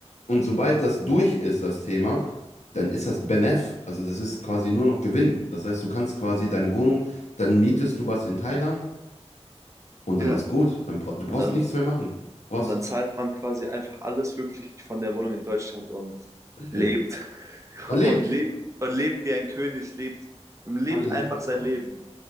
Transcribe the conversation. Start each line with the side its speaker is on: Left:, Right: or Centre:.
Left: Und sobald das durch ist, das Thema, dann ist das Benef. Also das ist quasi nur noch Gewinn. Das heißt, du kannst quasi deine Wohnung, dann mietest du was in Thailand und
Right: ja.
Left: dann ist gut. Dann bra du brauchst
Right: Und dann,
Left: nichts mehr machen. Du brauchst,
Right: und dann zahlt man quasi einfach alles wirklich von der Wohnung in Deutschland und
Left: richtig.
Right: lebt <laughs>
Left: Man lebt.
Right: und lebt und lebt wie ein König, lebt und lebt
Left: Man lebt
Right: einfach
Left: einfach.
Right: sein Leben